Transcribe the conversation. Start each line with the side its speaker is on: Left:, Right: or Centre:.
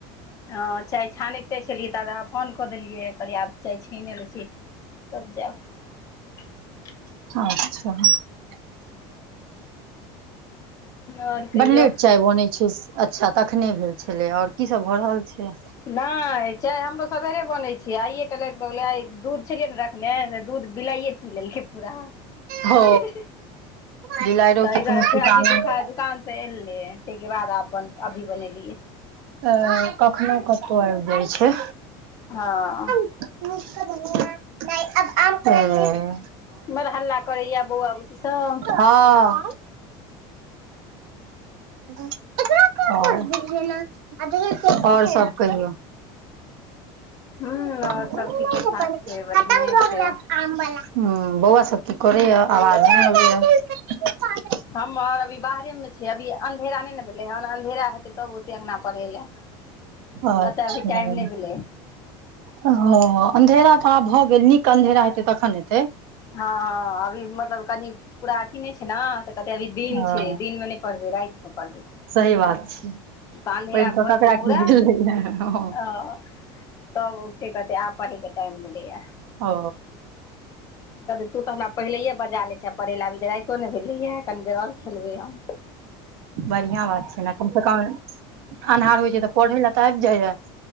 Left: हँ चाय छानैते छलियै ताबे अहाँ फोन कऽ देलि। लिए, कहलिए आब चाय छैने लैय छी, तब जैब। <unintelligible>
Right: आच्छा। <inaudible>
Left: आओर कहियौ
Right: बड लेट चाय बनै छी। अच्छा तखने भेल छलैय, आओर कीसभ भऽ रहल छै।
Left: नहि चाय हमरो सवेरे बनै छीयै, आइए तऽ लाइट भ गेलैय, आइ दूध छलियै ने रखने से दूध बिलाइए पि लेलके पुरा।
Right: हो
Left: ही-ही-ही,
Right: बिलाड़िो
Left: तैहि
Right: के कोनो
Left: दुआरे
Right: ठिकाना
Left: फेर अभी दुखा
Right: नहि
Left: दुकान। से एलिये, ताहिके बाद आब अभी बनेलियै।
Right: तअ, कखनो क कअर दैय छै।
Left: हँ।
Right: मिर्च के भगोड़ा नहि अब आम करै मिस
Left: बड़ हल्ला करैया बौआ बुची सब।
Right: हँ। <unintelligible> <unintelligible> आओर सब कहियौ।
Left: हूँ
Right: अपन
Left: आओर सब ठीके ठाक छै बढ़िए
Right: खतम भऽ गेलै
Left: छै।
Right: आम बला, हूँ बौआ सब की करैए आवाज नहि अबैए। <unintelligible>
Left: हम्मर अभी बाहरे मे छै, अभी अन्धेरा नहि ने भेलै हन, अन्धेरा हेतै तब ओते अंगना पढ़ै लए।
Right: अच्छा
Left: कतऽ अभी टाइम नहि भेलै।
Right: हँ, अँधेरा तऽ आब भऽ गेल, नीक अँधेरा हेतै तखन एतै।
Left: हँ अभी मतलब कनि पूरा अथी नहि छै ने, तऽ कहतै अभी दिन
Right: हँ
Left: छै, दिनमे नहि पढ़बै, राति कऽ पढ़बौ।
Right: सही बात छै।
Left: तऽ अँधेरा
Right: पैघ कऽ
Left: भऽ
Right: ककरा
Left: जेतै पुरा
Right: की भेलैया हँ
Left: अ तब ओते कहते आब पढ़ेके टाइम भेलैया।
Right: ओ।
Left: कहतै तू तऽ हमरा पहिलेये बजा ले छेए पढ़े लए, अभी तऽ राइतो ने भेलैया। कनी देर और खेलबै हम
Right: बढ़िआँ बात छै ने, कमसँ कम अन्हार होइ छै तऽ पढ़ै लऽ तऽ आबि जाइया।